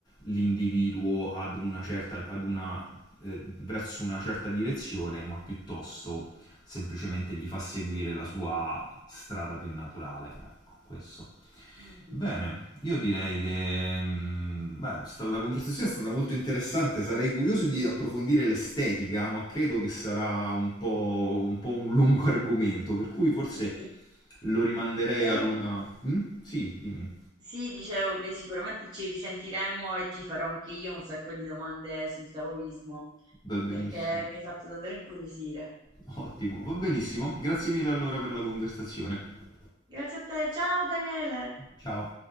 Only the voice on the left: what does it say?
l'individuo ad una certa, ad una, eh, verso una certa direzione, ma piuttosto semplicemente gli fa seguire la sua strada più naturale. Ecco, questo.
Bene, io direi che mm, beh, sta- la conversazione è stata molto interessante, sarei curioso di approfondire l'estetica, ma credo che sarà un po', un po' un lungo <laughs> argomento, per cui forse
lo rimanderei
ad una... Mm? Sì, dimmi,
va benissimo.
Ottimo, va benissimo. Grazie mille allora per la conversazione.
Ciao.